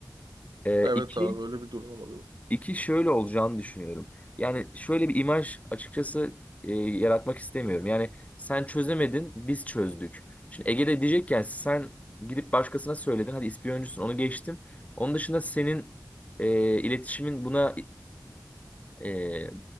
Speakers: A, on the left; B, on the right.
A: Ee,
B: evet
A: iki,
B: abi öyle bir durum olabilir.
A: iki şöyle olacağını düşünüyorum. Yani şöyle bir imaj açıkçası e, yaratmak istemiyorum. Yani sen çözemedin, biz çözdük. Şimdi Ege de diyecek ki, yani sen gidip başkasına söyledin, hadi ispiyoncusun, onu geçtim. Onun dışında senin e, iletişimin buna e,